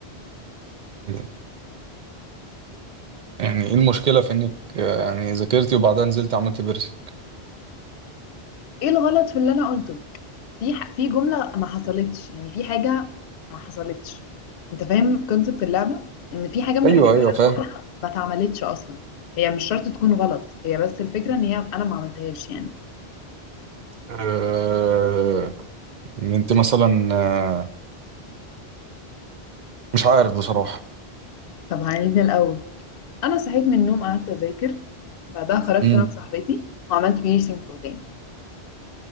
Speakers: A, on the right; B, on the left.
A: إيه ده؟ يعني ايه المشكله في انك آه، يعني ذاكرتي وبعدها نزلت عملت بيرسك
B: ايه الغلط في اللي انا قلته في ح... في جملة ما حصلتش يعني في حاجة ما حصلتش انت فاهم كونسبت اللعبة ان في حاجة من
A: ايوه
B: الحاجات
A: ايوه
B: اللي
A: فاهم
B: ما اتعملتش اصلا هي مش شرط تكون غلط هي بس الفكرة ان هي انا ما عملتهاش يعني
A: آه إن انت مثلا آه، مش عارف بصراحه
B: طب هنعيد من الاول انا صحيت من النوم قعدت اذاكر بعدها خرجت
A: امم
B: انا وصاحبتي وعملت بيرسينج في وداني